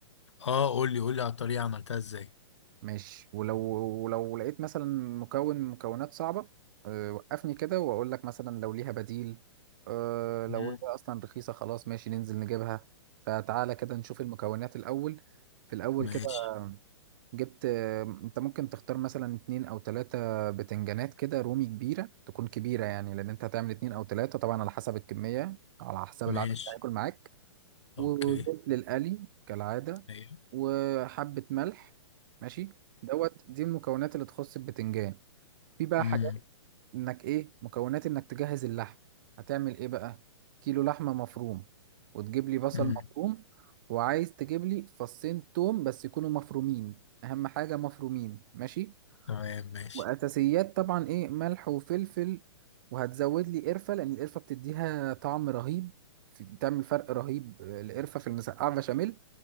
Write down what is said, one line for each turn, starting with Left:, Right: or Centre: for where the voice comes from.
Left: اه قول لي قول لي على الطريقه عملتها ازاي
Right: ماشي ولو ولو لقيت مثلا مكون من مكونات صعبه آه وقفني كده واقول لك مثلا لو ليها بديل آه لو
Left: مم.
Right: هي اصلا رخيصه خلاص ماشي ننزل نجيبها فتعالى كده نشوف المكونات الاول في الاول
Left: ماشي
Right: كده جبت آه، انت ممكن تختار مثلا اتنين او تلاتة بتنجانات كده رومي كبيرة تكون كبيرة يعني لان انت هتعمل اتنين او تلاتة طبعا على حسب الكمية على حسب
Left: ماشي
Right: العدد اللي هياكل معاك وزيت
Left: اوكي
Right: للقلي كالعادة
Left: ايوه
Right: وحبة ملح ماشي دوت دي المكونات اللي تخص البتنجان في بقى
Left: امم
Right: حاجات انك ايه مكونات انك تجهز اللحم هتعمل ايه بقى كيلو لحمة مفروم وتجيب لي بصل
Left: امم
Right: مفروم وعايز تجيب لي فصين توم بس يكونوا مفرومين اهم حاجة مفرومين ماشي
Left: تمام ماشي
Right: واساسيات طبعا ايه ملح وفلفل وهتزود لي قرفة لان القرفة بتديها طعم رهيب في- بتعمل فرق رهيب آه، القرفة في المسقعة بشاميل